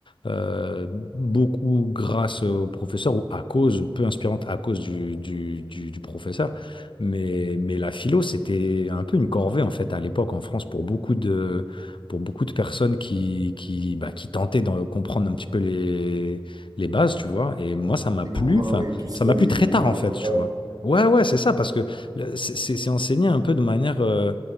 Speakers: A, on the left (about 60°); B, on the right (about 40°).
A: euh, beaucoup grâce au professeur ou à cause, ou peu inspirantes à cause du, du, du, du professeur. Mais, mais la philo, c'était un peu une corvée en fait à l'époque en France pour beaucoup de, pour beaucoup de personnes qui, qui, bah, qui tentaient de comprendre un petit peu les, les bases, tu vois. Et moi, ça m'a
B: Les
A: plu,
B: courants
A: enfin,
B: et tout ça,
A: ça m'a
B: les,
A: plu très
B: les
A: tard
B: grands
A: en fait,
B: auteurs.
A: tu vois. Ouais, ouais, c'est ça, parce que le- c'est c'est- c'est enseigné un peu de manière, euh,